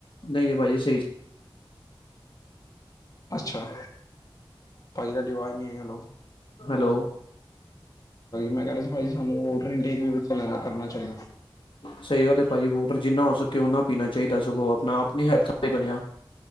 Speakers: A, on the left (about 65°); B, on the left (about 40°).
A: ਨਹੀਂ- ਨਹੀਂ ਭਾਜੀ ਸਹੀ।
B: ਅੱਛਾ। ਭਾਜੀ ਆਵਾਜ਼ ਨਹੀਂ ਹੈਲੋ,
A: ਹੈਲੋ,
B: ਮੈਂ ਕਹਿਹਾ ਸੀ ਭਾਜੀ ਸਾਨ ਮੋਟਰ ਇਨਟੇਕ ਕਰਨਾ ਚਾਹੀਦਾ।
A: ਸਹੀ ਗੱਲ ਹੈ ਭਾਜੀ ਵੋਟਰ ਜਿੰਨਾ ਹੋ ਸਕੇ ਓਨਾ ਪੀਣਾ ਚਾਹੀਦਾ ਸਗੋਂ ਆਪਣਾ ਆਪਣੀ ਹੈਲਥ ਬਣਿਆ।